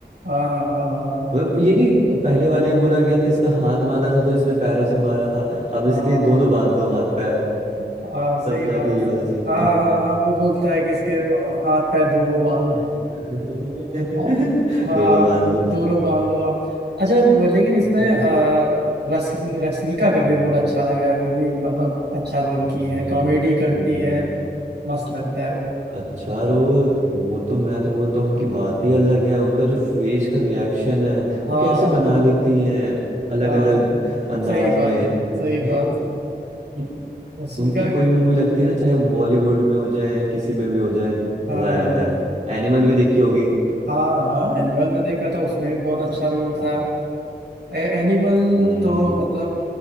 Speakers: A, on the right; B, on the right.
A: हाँ हाँ हाँ
B: मतलब ये नहीं पहले वाले में बोला गया था इसका हाथ बांधा था तो इसने पैरों से मारा था अब
A: हाँ
B: इसके दोनों बांध दो हाथ पैर
A: हाँ सही
B: तब जाके
A: बात
B: ये वाला सीन
A: हाँ
B: था
A: हाँ हाँ वो बोलता है कि इसके हाथ पैर दोनों बांधो
B: <laughs>
A: और- हाँ
B: दोनों बांध दो
A: दोनों बांधो आप अच्छा वो- लेकिन इसमें
B: हम्म,
A: अ, रस रश्मिका का भी
B: <laughs>
A: रोल अच्छा लगा है वो भी मतलब अच्छा रोल
B: अरे
A: की है कॉमेडी
B: हम्म,
A: करती है मस्त लगता है वो
B: अच्छा रोल वो तो मैं तो बोलता हूँ उनकी बात ही अलग है उनका जो फेस का रिएक्शन है
A: हाँ
B: वो कैसे बना लेती हैं अलग
A: हाँ
B: अलग अंदाज
A: सही बात
B: में
A: सही
B: भाई
A: बात
B: उन-
A: रश्मिका
B: उनकी कोई भी मूवी लगती है ना चाहे वो बॉलीवुड में हो जाए किसी में भी हो जाए
A: हाँ
B: मजा आ जाता है एनिमल भी देखी होगी
A: हाँ हाँ एनिमल में देखा था उसमें भी बहुत अच्छा
B: अ,
A: रोल था एनिमल
B: हम्म,
A: तो मतलब